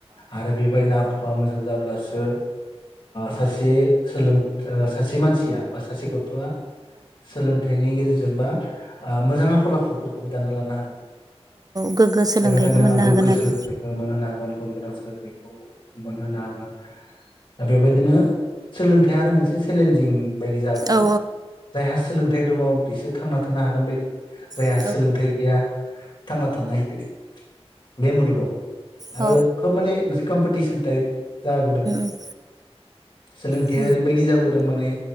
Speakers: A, on the left (about 45°); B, on the right (about 35°).
A: आरो बेबायदि आ आखुवा मोजां जाब्लासो सासे सोलों सासे मानसिया सासे गथ' सोलोंथाइ बेनि गेजेरजों बा मोजां आखल आखुफोरखौबो दाना लानो हागौ।
B: गोग्गो सोलोंथाइखौ
A: दा बेखायनो
B: मोननो
A: आं गोग्गो
B: हागोन आरो
A: सोलोंथाइखौ मोनहोनो हागोन गुन गोनां सोलोंथाइखौ मोनहोनो हागोन। दा बेबायदिनो सोलोंथाइ आरो मोनसे चेलेन्जिं बायदि जाबोदों
B: औ
A: जायहासो सोलोंथाइ दङ बिसोर थांना थानो हागोन बायदि जायहा
B: औ
A: सोलोंथाइ गैया थांना थानो हायि बायदि बे मुलुगाव आरो
B: औ
A: खोब माने मोनसे कम्पिटिसन टाइप जाबोदों।
B: औ
A: सोलोंथाइया
B: औ
A: ओरैबायदि जाबोदों माने